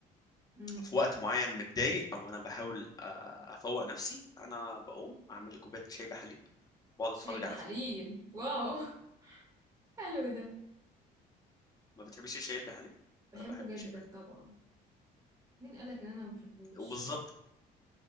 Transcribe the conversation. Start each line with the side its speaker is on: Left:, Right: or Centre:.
Right: امم
Left: في وقت معين متضايق او انا بحاول آه، افوق نفسي انا بقوم اعمل لي كوبايه شاي بحليب بقعد
Right: شاي
Left: اتفرج
Right: بحليب
Left: على فيلم
Right: واو <laughs> حلو ده
Left: ما بتحبش الشاي بحليب
Right: بحبه
Left: انا بحب الشاي
Right: جدا
Left: بحليب
Right: طبعا مين قالك ان انا ما بحبوش
Left: وبالظبط